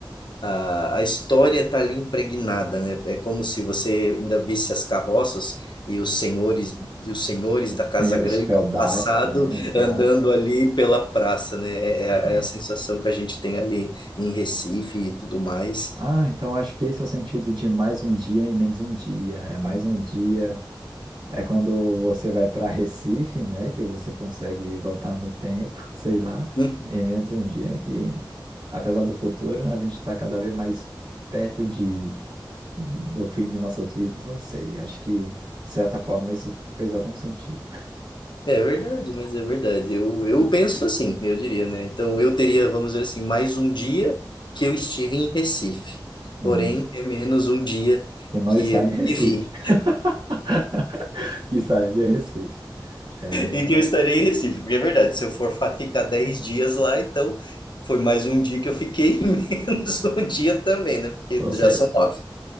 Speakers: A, on the left (about 65°); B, on the right (about 75°).
A: a, a história está ali impregnada, né? É como se você ainda visse as carroças e os senhores, os senhores da Casa
B: Senhores
A: Grande
B: feudais,
A: do passado
B: né? Sei
A: andando
B: lá.
A: ali pela praça, né? É,
B: Exato.
A: é a é a sensação que a gente tem ali em Recife e tudo mais.
B: Ah, então acho que esse é o sentido de mais um dia e menos um dia. É mais um dia. É quando você vai para Recife, né? Que você consegue voltar no tempo, <laughs> sei lá.
A: Uhum.
B: e menos um dia que, apesar do futuro, a gente está cada vez mais perto de, do fim de nossas vidas. Não sei. Acho que, de certa forma, isso fez algum sentido.
A: É verdade, mas é verdade. Eu, eu
B: Ah.
A: penso assim, eu diria, né? Então eu teria, vamos dizer assim, mais um dia que eu estive em Recife,
B: Hum.
A: porém é menos um dia
B: que não
A: que
B: está
A: eu
B: em Recife.
A: vivi.
B: <laughs> Que saiu de Recife. É, cara.
A: E que eu estarei em Recife, porque é verdade, se eu for fa- ficar 10 dias lá, então foi mais um dia que eu fiquei, <laughs> e menos um dia também, né? Porque
B: Ou seja,
A: já são nove.